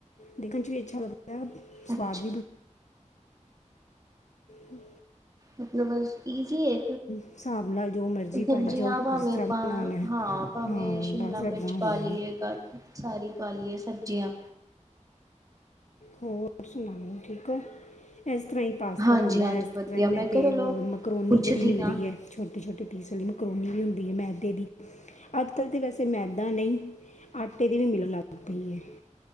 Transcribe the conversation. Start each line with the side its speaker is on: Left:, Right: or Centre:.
Left: ਦੇਖਣ ਚ ਵੀ ਅੱਛਾ ਲੱਗਦਾ। ਐ
Right: ਅੱਛਾ
Left: ਸਵਾਦ। ਹੂੰ।
Right: ਮਤਲਬ ਬਸ ਈਜ਼ੀ ਏ
Left: ਹਿਸਾਬ ਨਾਲ ਜੋ ਮਰਜ਼ੀ
Right: ਸਬਜ਼ੀਆਂ
Left: ਪਾਈ ਜਾਓ
Right: ਭਾਵੇਂ
Left: ਜਿਸ ਤਰ੍ਹਾਂ
Right: ਆਪਾਂ
Left: ਬਣਾਉਣਾ ਹੈ।
Right: ਹਾਂ ਭਾਵੇਂ
Left: ਹਾਂ
Right: ਸ਼ਿਮਲਾ
Left: ਬਸ ਇਦਾਂ
Right: ਮਿਰਚ
Left: ਹੁੰਦਾ
Right: ਪਾ
Left: ਹੈ
Right: ਲਈਏ, ਗਾਜਰ ਸਾਰੀ ਪਾ ਲਈਏ। ਸਬਜ਼ੀਆਂ।
Left: ਹੋਰ ਸੁਣਾਓ ਠੀਕ ਹੋ? ਇਸ ਤਰ੍ਹਾਂ ਹੀ ਪਾਸਤਾ
Right: ਹਾਂਜੀ
Left: ਬਣਦਾ
Right: ਹਾਂਜੀ
Left: ਇਸ ਤਰ੍ਹਾਂ
Right: ਵਧੀਆ
Left: ਹੀ ਮੈਂ
Right: ਕਿਹਾ
Left: ਤਾਂ
Right: ਚਲੋ
Left: ਮਕਰੋਨੀ
Right: ਪੁੱਛਦੀ
Left: ਜਿਹੜੀ ਮਿਲਦੀ
Right: ਹਾਂ
Left: ਹੈ ਛੋਟੀ ਛੋਟੀ। ਇਸ ਲਈ ਮਕਰੋਨੀ ਵੀ ਹੁੰਦੀ ਹੈ ਮੈਦੇ ਦੀ ਅੱਜ ਕੱਲ੍ਹ ਤੇ ਵੈਸੇ ਮੈਦਾ ਨਹੀਂ ਆਟੇ ਦੀ ਵੀ ਮਿਲਣ ਲੱਗ ਪਈ ਹੈ?